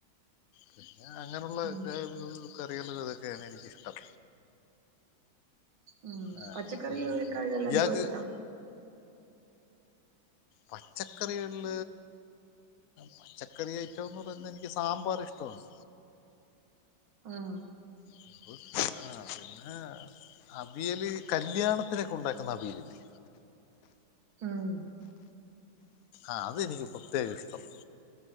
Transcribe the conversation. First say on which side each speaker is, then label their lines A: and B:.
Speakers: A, on the left; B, on the right.
A: പിന്നെ അങ്ങനെയുള്ള
B: ഉം
A: <unintelligible> കറികൾ ഇതൊക്കെയാണ് എനിക്കിഷ്ടം
B: ഉം
A: ആഹ്
B: പച്ചക്കറിയ
A: പിന്നെ
B: ഇക്കായ ഇതല്ലോ
A: ഇയാൾക്ക്
B: എന്തോ ഇഷ്ടം
A: പച്ചക്കറികളിൽ പച്ചക്കറി ഐറ്റം ന്ന് പറയുന്നത് എനിക്ക് സാമ്പാർ ഇഷ്ടമാണ്
B: ആഹ
A: <unintelligible> പിന്നെ അവിയല് കല്യാണത്തിനൊക്കെ ഉണ്ടാക്കുന്ന അവിയലില്ലെ
B: ഉം
A: ആ അതെനിക്ക് പ്രത്യേകം ഇഷ്ട്ടം